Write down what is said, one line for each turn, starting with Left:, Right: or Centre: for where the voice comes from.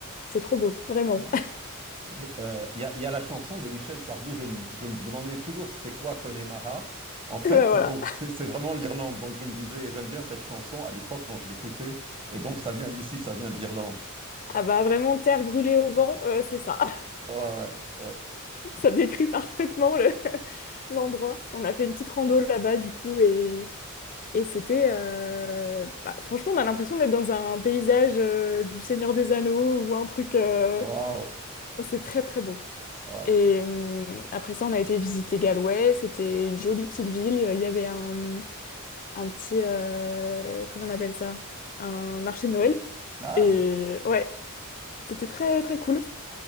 Left: C'est trop beau, vraiment.
Right: Là,
Left: <laughs>
Right: je- euh, Il y a, il y a la chanson de Michel Sardou, je, me je me demandais toujours c'était quoi Connemara. En fait,
Left: Et Ben voilà.
Right: donc c'est c'est vraiment l'Irlande. Donc je me disais, j'aime bien cette chanson à l'époque quand je l'écoutais. Et donc ça vient d'ici, ça vient de l'Irlande.
Left: Ah bah vraiment, terre brûlée au vent, euh, c'est ça. <laughs>
Right: Ouais, ouais. ouais.
Left: Ça décrit parfaitement le- <laughs> l'endroit. On a fait une petite rando là-bas, du coup, et, et c'était... euh, bah, franchement, on a l'impression d'être dans un paysage euh, du Seigneur des Anneaux ou un truc... euh,
Right: Waouh.
Left: C'est très, très beau.
Right: Ah.
Left: Et hum, après ça, on a été visiter Galway. C'était une jolie petite ville. Il y avait un, un petit, euh, comment on appelle ça? Un marché de Noël.
Right: Ah.
Left: Et ouais, c'était très très cool.